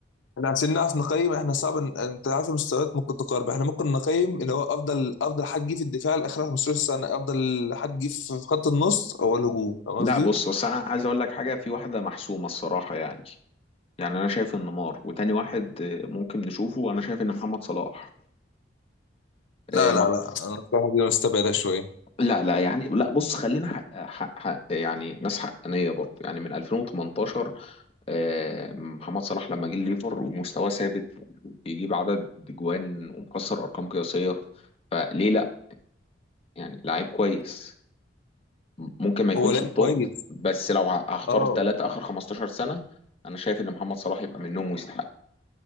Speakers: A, on the left; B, on the left.
A: احنا عشان نعرف نقيم احنا صعب إن- انت عارف المستويات ممكن تقاربه احنا ممكن نقيم اللي هو افضل افضل حد جه في الدفاع لاخر 15 سنه افضل حد جه في في خط النص او الهجوم فاهم قصدي؟
B: لا بص بس انا عايز اقول لك حاجة في واحدة محسومة الصراحة يعني يعني انا شايف ان نيمار وتاني واحد آه، ممكن نشوفه انا شايف ان محمد صلاح
A: لا
B: آه، مع...
A: لا لا انا الصراحه دي مستبعدها شويه
B: لا لا يعني لا بص خلينا حق حق حق يعني ناس حقانية برضه يعني من 2018 آه، محمد صلاح لما جه الليفر ومستواه ثابت بيجيب عدد جوان ومكسر ارقام قياسيه فليه لا يعني لعيب كويس ممكن ما يكونش
A: هو لعيب
B: الطب
A: كويس
B: بس لو ه- هختار
A: اه
B: ثلاثه اخر 15 سنه انا شايف ان محمد صلاح يبقى منهم ويستحق